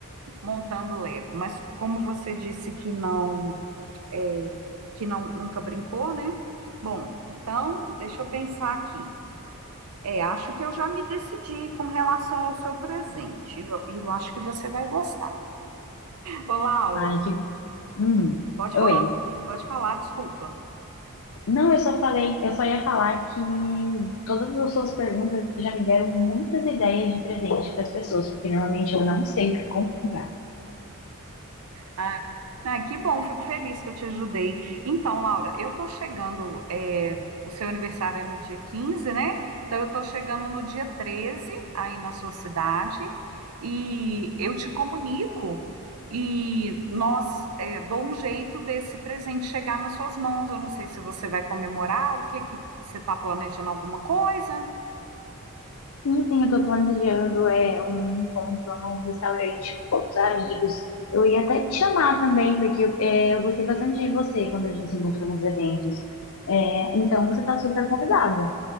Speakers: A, on the right; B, on the left.
A: montando Lego. Mas como você disse que não é, que não, nunca brincou, né? Bom, então, deixa eu pensar aqui. É, acho que eu já me decidi com relação ao seu presente. E eu, eu acho que você vai gostar. Ô, Laura,
B: Ai, que. Hum.
A: pode
B: Oi.
A: falar, pode falar, desculpa.
B: Não, eu só falei, eu só ia falar que todas as suas perguntas já me deram muitas ideias de presente para as pessoas, porque normalmente eu não sei o que comprar.
A: Ah, ah, que bom, fico feliz que eu te ajudei. Então, Laura, eu tô chegando, é, o seu aniversário é no dia 15, né? Então, eu tô chegando no dia 13 aí na sua cidade, e eu te comunico, e nós, é, dou um jeito desse presente chegar nas suas mãos. Eu não sei se você vai comemorar, o que que você está planejando alguma coisa?
B: Sim, sim, eu tô planejando é, um encontro num restaurante com poucos amigos. Eu ia até te chamar também, porque é, eu gostei bastante de você quando a gente se encontrou nos eventos. É, então, você tá super convidada.